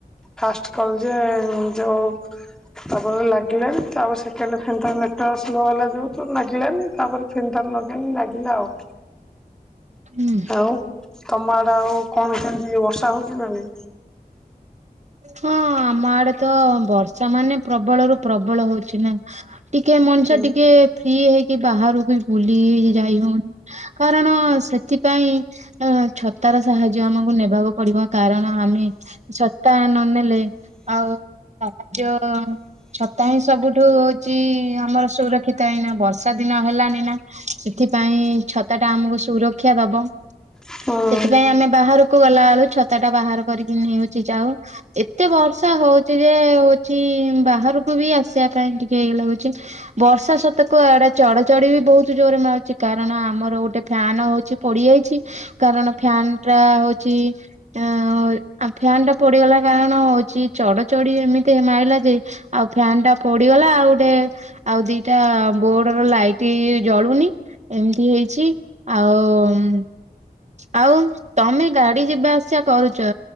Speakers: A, in the centre; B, on the right.
A: ଫାଷ୍ଟ କଲ ଯେ ଯୋଉ ତାପରେ ଲାଗିଲାନି ତାପ ସେକେଣ୍ଡ ଫୋନ୍ ଟା ନେଟୱର୍କ ସ୍ଲୋ ହେଲା, ଯୁ ଲାଗିଲାନି ତାପରେ <unintelligible> ଲାଗିଲା ଆଉ
B: ହୁଁ
A: ଆଉ ତମ ଆଡେ ଆଉ କଣ କେମିତି ବର୍ଷା ହଉଛି ନା ନାଇ
B: ହଁ ଆମ ଆଡେ ତ ବର୍ଷା ମାନେ ପ୍ରବଳରୁୁ ପ୍ରବଳ ହଉଛି ନା ଟିକେ ମଣିଷ
A: ନାଇଁ?
B: ଟିକେ ଫ୍ରି ହେଇକି ବାହାରୁ ବୁଲି ଯାଇ ହଉନି କାରଣ ସେଥି ପାଇଁ ଛତାର ସାହାଯ୍ୟ ଆମକୁ ନେବାକୁ ପଡିବ କାରଣ ଆମେ ଛତା ନନେଲେ ଆଉ ସାହାଯ୍ୟ ଛତା ହିଁ ସବୁଠୁ ହୋଉଛି ଆମର ସୁରକ୍ଷା କି ତାହିଁନା ବର୍ଷା ଦିନ ହେଲାନି ନା ସେଥିପାଇଁ ଛତା ଟା ଆମକୁ ସୁରକ୍ଷା ଦବ।
A: ହଁ।
B: ସେଥିପାଇଁ ଆମେ ବାହାରକୁ ଗଲା ବେଳୁ ଛତା ଟା ବାହାର କରିକି ନେଉଛି ଯାଉ ଏତ ଏତେ ବର୍ଷା ହୋଉଛି ଯେ ହୋଉଛି ବାହାରକୁ ବି ଆସିବା ପାଇଁ ଟିକେ ଇଏ ଲାଗୁଛି। ବର୍ଷା ସତେକ ଇଆଡେ ଚଡଚଡ଼ିବି ବହୁତ ଜୋରରେ ମାରୁଛି କାରଣ ଆମର ଗୋଟେ ଫ୍ୟାନ ହଉଛି ପୋଡିଯାଇଛି କାରଣ ଫ୍ୟାନ ଟା ହୋଉଛି ଆଁ ଆଉ ଫ୍ୟାନଟା ପୋଡିଗଲା କାରଣ କଣ ହୋଉଛି ଚଡଚଡ଼ି ଏମିତି ମାରିଲା ଯେ ଆଉ ଫ୍ୟାନ ଟା ପୋଡିଗଲା ଆଉ ଗୋଟେ ଆଉ ଦିଟା ବୋର୍ଡ ର ଲାଇଟ୍ ଜଳୁନି ଏମିତି ହେଇଛି ଆଉ ଆଉ ତମେ ଗାଡି ଯିବା ଆସିବା କରୁଛ